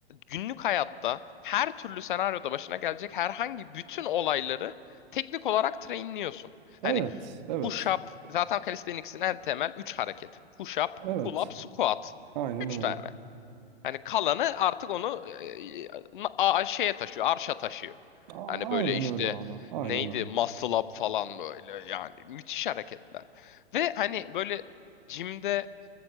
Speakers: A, on the left; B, on the right.
A: günlük hayatta her türlü senaryoda başına gelecek herhangi bütün olayları teknik olarak trainliyorsun.
B: evet
A: Hani
B: evet
A: Push-up. Zaten calisthenics'in en temel 3 hareketi. Push-up,
B: Evet.
A: pull-up, squat.
B: Aynen
A: 3
B: öyle.
A: tane. Hani kalanı artık onu e, a- şeye taşıyor, arşa taşıyor.
B: A-
A: Hani böyle
B: Aynen
A: işte
B: öyle abi. Aynen
A: neydi
B: öyle.
A: muscle up falan böyle yani müthiş hareketler. Ve hani böyle jimde